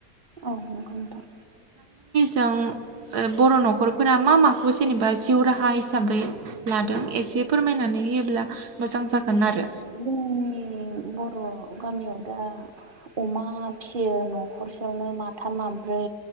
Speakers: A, on the right; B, on the right.
A: औ नंगौ नोंथां।
B: जों ओ बर' नखरफोरा मा माखौ जेनेबा जिउ राहा हिसाब हिसाबै लादों एसे फोरमायनानै होयोब्ला मोजां जागोन आरो
A: जों बर गामियाव दा अमा फिसियो नखरसेयावनो माथाम मा ब्रै